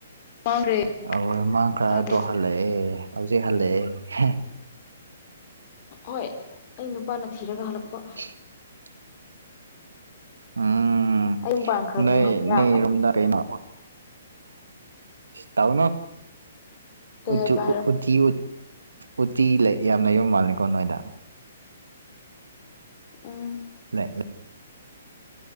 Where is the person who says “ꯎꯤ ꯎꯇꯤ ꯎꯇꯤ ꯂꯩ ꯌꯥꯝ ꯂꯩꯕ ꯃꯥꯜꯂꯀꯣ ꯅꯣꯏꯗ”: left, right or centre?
Right